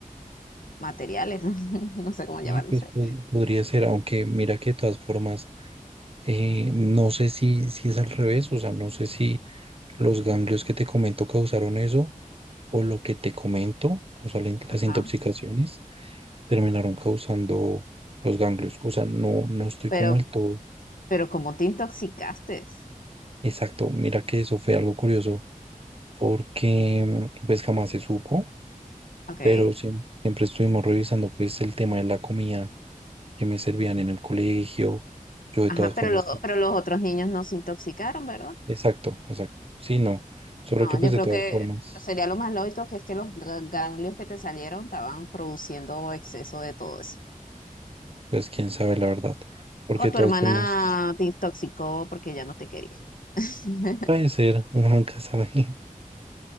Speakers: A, on the left; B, on the right.
A: materiales, <laughs> no sé cómo
B: Y
A: llamarlo,
B: pues
A: no sé.
B: po- podría ser, aunque mira que de todas formas, eh, no sé si, si es al revés, o sea, no sé si los ganglios que te comento causaron eso, o lo que te comento, o sea, la in-
A: Ajá,
B: las intoxicaciones terminaron causando los ganglios. O sea, no, no estoy
A: pero,
B: como el todo
A: pero como te intoxicaste,
B: exacto. Mira que eso fue algo curioso, porque mm, pues jamás se supo,
A: ok,
B: pero siem- siempre estuvimos revisando pues el tema de la comida que me servían en el colegio. Yo de
A: ajá,
B: todas formas
A: pero, lo- pero los otros niños no se intoxicaron, ¿verdad?
B: Exacto, exacto. Sí, no. Solo
A: No,
B: que pues
A: yo
B: de
A: creo
B: todas
A: que
B: formas,
A: sería lo más lógico que es que los gra- ganglios que te salieron estaban produciendo exceso de todo eso.
B: pues quién sabe la verdad. Porque
A: O
B: de
A: tu
B: todas
A: hermana
B: formas
A: te intoxicó porque ya no te quería. <laughs>
B: puede ser, uno nunca sabe. <laughs>